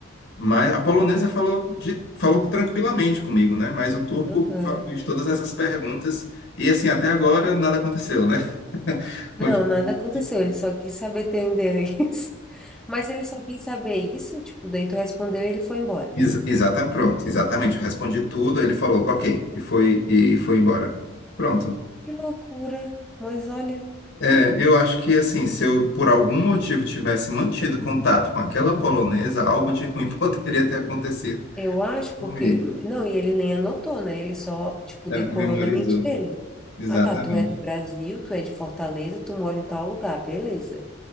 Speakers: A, on the left; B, in the centre.
A: Mas a polonesa falou, de, falou tranquilamente comigo, né? Mas o turco
B: Aham.
A: fa- fez todas essas perguntas e, assim, até agora nada aconteceu, né? <laughs> Continu-
B: Não, nada aconteceu. Ele só quis saber teu endereço. <laughs> Mas ele só quis saber isso, tipo, daí tu respondeu e ele foi embora.
A: Ex exata, pronto, exatamente. Eu respondi tudo, ele falou, ok, e foi, e foi embora. Pronto.
B: Que loucura. Mas olha.
A: É, eu acho que, assim, se eu por algum motivo tivesse mantido contato com aquela polonesa, algo de ruim <laughs> poderia ter acontecido
B: Eu acho
A: comigo.
B: porque. Não, e ele nem anotou, né? Ele só, tipo,
A: É,
B: decorou
A: memorizou,
B: na mente dele.
A: exatamente.
B: Ah, tá, tu é do Brasil, tu é de Fortaleza, tu mora em tal lugar, beleza.